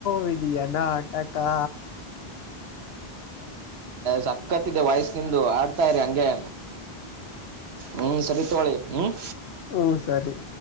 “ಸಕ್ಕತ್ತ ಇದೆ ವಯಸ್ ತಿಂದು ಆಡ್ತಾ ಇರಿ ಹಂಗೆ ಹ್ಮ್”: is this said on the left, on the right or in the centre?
Right